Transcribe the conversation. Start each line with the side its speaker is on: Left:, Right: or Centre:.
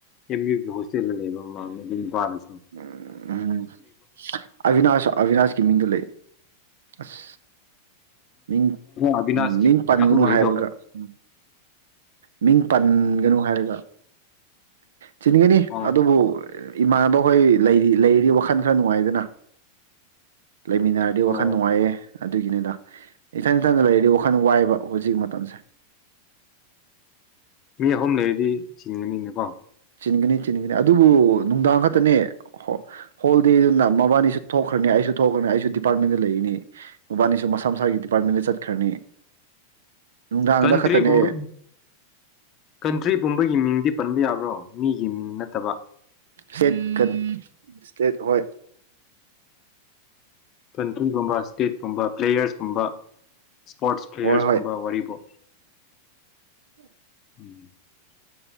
Left: ꯑꯦꯝ ꯌꯨ ꯒꯤ ꯍꯣꯇꯦꯦꯜ ꯂꯩ ꯏꯕꯣ <unintelligible>
Right: ꯎꯝ ꯎꯝ ꯑꯕꯤꯅꯥꯁ ꯑꯕꯤꯅꯥꯁꯀꯤ ꯃꯤꯡꯗ ꯂꯩ ꯑꯁ ꯃꯤꯡ
Left: ꯑꯕꯤꯅꯥꯁ
Right: ꯃꯤꯡ ꯄꯟꯒꯅꯨ
Left: <unintelligible>
Right: ꯍꯥꯏꯕꯒ
Left: ꯂꯩꯗ
Right: ꯎꯝ ꯃꯤꯡ ꯄꯟꯒꯅꯨ ꯍꯥꯏꯔꯒ ꯆꯤꯟꯒꯅꯤ
Left: ꯑꯣ
Right: ꯑꯗꯨꯕꯨ ꯏꯃꯥꯟꯅꯕ ꯍꯣꯏ ꯂꯩꯔꯤ ꯂꯩꯔꯤ ꯋꯥꯈꯜ ꯈꯔ ꯅꯨꯡꯉꯥꯏꯗꯅ ꯂꯩꯃꯤꯟꯅꯔꯗꯤ
Left: ꯑꯣ
Right: ꯋꯥꯈꯜ ꯅꯨꯡꯉꯥꯏꯌꯦ ꯑꯗꯨꯒꯤꯅꯤꯗ ꯏꯊꯟ ꯏꯊꯟꯗ ꯂꯩꯗꯤ ꯋꯥꯈꯜ ꯋꯥꯏꯕ ꯍꯧꯖꯤꯛ ꯃꯇꯝꯁꯦ
Left: ꯑꯅꯤ ꯑꯍꯨꯝ ꯂꯩꯔꯗꯤ ꯆꯤꯡꯒꯅꯤꯗ ꯋꯥ
Right: ꯆꯤꯟꯒꯅꯤ ꯆꯤꯟꯒꯅꯤ ꯑꯗꯨꯕꯨ ꯅꯨꯡꯗꯥꯡ ꯈꯛꯇꯅꯦ ꯍꯣꯜꯗꯦꯗꯨꯅ ꯃꯕꯥꯅꯤꯁꯨ ꯊꯣꯛꯈ꯭ꯔꯅꯤ ꯑꯩꯁꯨ ꯊꯣꯛꯈ꯭ꯔꯅꯤ ꯑꯩꯁꯨ ꯗꯤꯄꯥꯔꯠꯃꯦꯟꯗ ꯂꯩꯒꯅꯤ ꯃꯕꯥꯅꯤꯁꯨ ꯃꯁꯥ ꯃꯁꯥꯒꯤ ꯗꯤꯄꯥꯔꯠꯃꯦꯟꯗ ꯆꯠꯈ꯭ꯔꯅꯤ ꯅꯨꯡꯗꯥꯡꯗ
Left: ꯀꯟꯇ꯭ꯔꯤ
Right: ꯈꯛꯇꯅꯦ
Left: ꯄꯨꯝꯕ ꯀꯟꯇ꯭ꯔꯤ ꯄꯨꯝꯕꯒꯤ ꯃꯤꯡꯗꯤ ꯄꯟꯕ ꯌꯥꯕ꯭ꯔꯣ ꯃꯤꯒꯤ ꯃꯤꯡ ꯅꯠꯇꯕ
Right: ꯁꯦꯠ ꯀ ꯁꯇꯦꯠ ꯍꯣꯏ
Left: ꯀꯟꯇ꯭ꯔꯤꯒꯨꯝꯕ ꯏꯁꯇꯦꯠꯀꯨꯝꯕ ꯄ꯭ꯂꯦꯌꯔꯁꯀꯨꯝꯕ ꯏꯁꯄꯣꯔꯠꯁ ꯄ꯭ꯂꯦꯌꯔꯁꯀꯨꯝꯕ
Right: ꯍꯣꯏ
Left: ꯋꯥꯔꯤꯕꯔꯤꯕ
Right: ꯑꯗꯨ
Left: <inaudible>